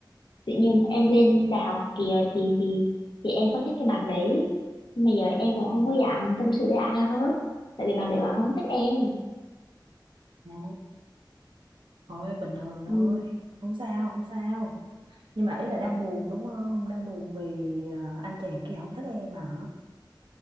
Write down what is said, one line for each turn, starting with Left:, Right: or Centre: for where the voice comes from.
Left: tự nhiên em lên đại học kìa thì thì thì em có thích cái bằng đấy nhưng mà giờ em cũng không có dám tâm sự với ai hết tại vì bạn đấy bạn không thích em
Right: À, thôi bình thường thôi
Left: ừ.
Right: không sao không sao nhưng mà ý là đang buồn đúng không đang buồn vì à, anh chàng kia không thích em hả